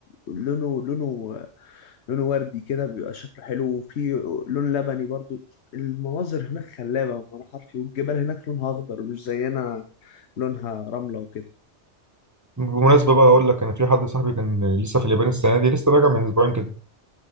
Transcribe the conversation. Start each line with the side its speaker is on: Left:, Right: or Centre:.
Left: لونه لونه لونه وردي كده بيبقى شكله حلو وفي لون لبني برضو المناظر هناك خلابه بمعنى حرفي والجبال هناك لونها اخضر مش زينا لونها رمله وكده
Right: بمناسبة بقى أقول لك أنا في حد صاحبي كان لسه في اليابان السنة دي لسه راجع من أسبوعين كده